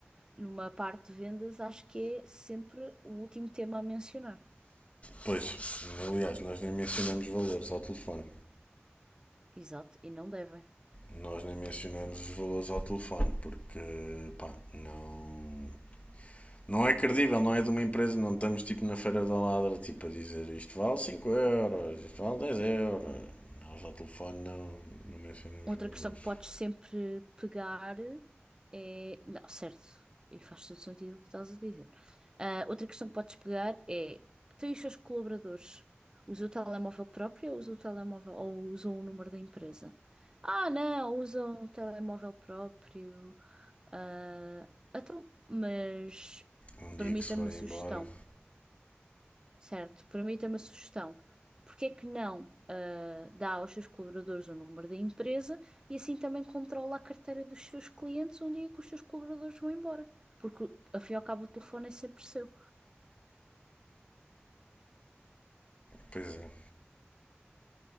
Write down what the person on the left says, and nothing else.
Pois, aliás, nós nem mencionamos valores ao telefone.
Nós nem mencionamos os valores ao telefone porque, pá, não Não é credível, não é de uma empresa, não estamos tipo na feira da ladra, tipo a dizer isto vale 5 euros, isto vale 10 euros. Nós ao telefone não, não mencionamos
valores.
Um dia
que se forem
embora,
pois é,